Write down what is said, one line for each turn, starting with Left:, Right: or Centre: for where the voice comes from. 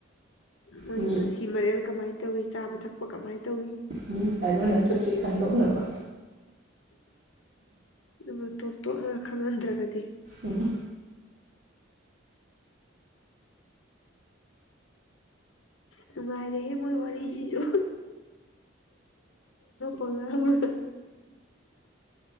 Left: ꯃꯣꯏꯒꯤ
Right: ꯃꯤ
Left: ꯄꯨꯟꯁꯤ ꯃꯔꯦꯜ ꯀꯃꯥꯏꯅ ꯇꯧꯋꯤ ꯆꯥꯕ ꯊꯛꯄ ꯀ ꯀꯃꯥꯏꯅ ꯇꯧꯏꯤ
Right: ꯃꯤ ꯌꯥꯔꯣꯅ ꯊꯨꯞꯁꯤ ꯈꯪꯗꯣꯛꯅꯕ
Left: ꯑꯗꯨ ꯇꯣꯞ ꯇꯣꯞꯅ ꯈꯪꯍꯟꯗ꯭ꯔꯒꯗꯤ
Right: ꯎꯝ
Left: ꯅꯨꯡꯉꯥꯏꯔꯦꯍꯦ ꯃꯣꯏ ꯋꯥꯔꯤꯁꯤꯁꯨ <unintelligible>